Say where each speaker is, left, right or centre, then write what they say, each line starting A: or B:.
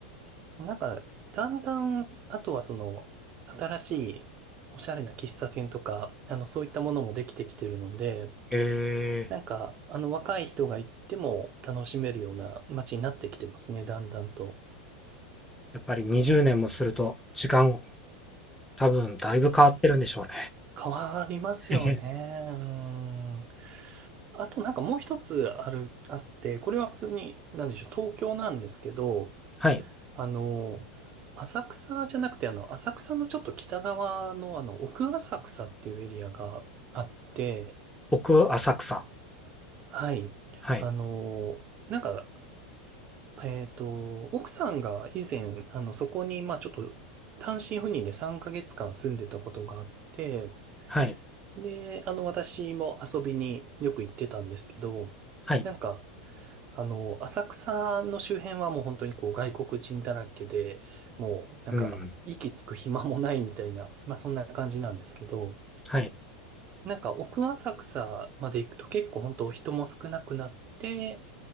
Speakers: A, on the right (about 40°); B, in the centre.
A: そう、なんか、だんだん、あとはその、新しいおしゃれな喫茶店とか、あの、そういったものもできてきてるので、
B: へえ
A: なんか、あの、若い人が行っても楽しめるような街になってきてますね、だんだんと。
B: やっぱり20年もすると、時間、多分だいぶ変わってるんでしょうね。
A: す変わりますよね。
B: <laughs> へへ
A: うんあとなんかもう一つある、あって、これは普通に、なんでしょう、東京なんですけど、
B: はい。
A: あの、浅草じゃなくて、あの、浅草のちょっと北側の、あの、奥浅草っていうエリアがあって、
B: 奥浅草。
A: はい。
B: はい。
A: あの、なんか、えっと、奥さんが以前、あの、そこに、まあちょっと、単身赴任で3ヶ月間住んでたことがあって、
B: はい。
A: で、あの、私も遊びによく行ってたんですけど、
B: はい。
A: なんか、あの、浅草の周辺はもう本当にこう外国人だらけで、もうなんか息つく暇もないみたいな、
B: うん。
A: まあそんな感じなんですけど、
B: はい。
A: なんか奥浅草まで行くと結構本当人も少なくなって、